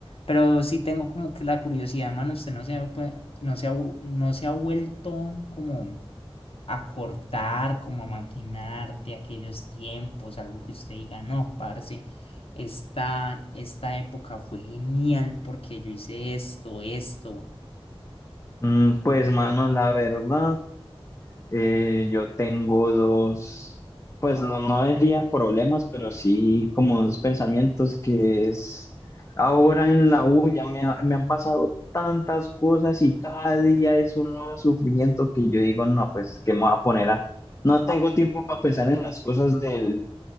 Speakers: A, on the left; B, on the left.
A: Pero sí tengo como que la curiosidad, mano, usted no se ha, pues, no se ha, vu- no se ha vuelto como acordar, como a maquinar de aquellos tiempos, algo que usted diga, no, parce, esta, esta época fue genial porque yo hice esto, esto,
B: mm, pues mano, la verdad, Eh, yo tengo dos, pues no, no diría problemas, pero sí como dos pensamientos que es, ahora en la U ya me, ha- me han pasado tantas cosas y cada día es un nuevo sufrimiento que yo digo, no, pues, ¿qué me voy a poner a...? No tengo tiempo para pensar en las cosas del,